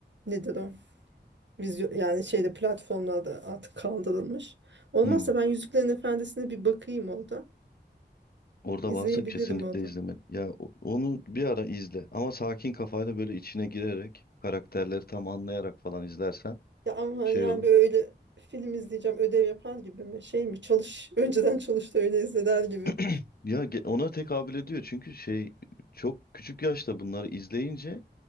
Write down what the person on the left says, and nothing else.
<laughs> Hı.
Orada
varsa kesinlikle
izleme. Ya o- onu bir ara izle ama sakin kafayla böyle içine girerek karakterleri tam anlayarak falan izlersen
şey
olur.
<clears throat> Ya ge- ona tekabül ediyor çünkü şey çok küçük yaşta bunları izleyince